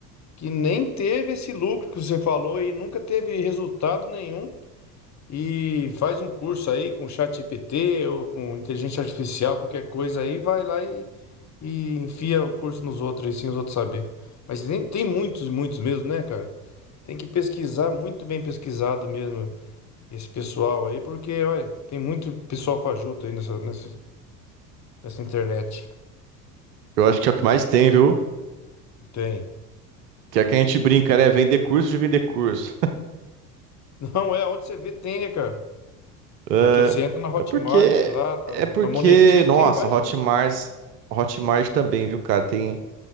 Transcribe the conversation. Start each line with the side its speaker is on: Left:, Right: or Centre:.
Left: Que nem teve esse lucro que você falou e nunca teve resultado nenhum. E faz um curso aí com o ChatGPT ou com inteligência artificial, qualquer coisa aí, vai lá e, e enfia o curso nos outros aí, sem os outros saber. Mas tem, tem muitos, muitos mesmo, né, cara? Tem que pesquisar, muito bem pesquisado mesmo, esse pessoal aí, porque, olha, tem muito pessoal fajuto aí nessa, nessa, nessa internet.
Right: Eu acho que é o que mais tem, viu?
Left: Tem.
Right: Que é que a gente brinca, né? Vender curso de vender curso.
Left: <laughs> Não é, onde você vê tem, né, cara?
Right: É,
Left: Naquela, você entra na Hotmart,
Right: é porque,
Left: lá na,
Right: é porque,
Left: na Monetize,
Right: nossa,
Left: tem mais
Right: Hotmart,
Left: de...
Right: Hotmart também, viu, cara? Tem,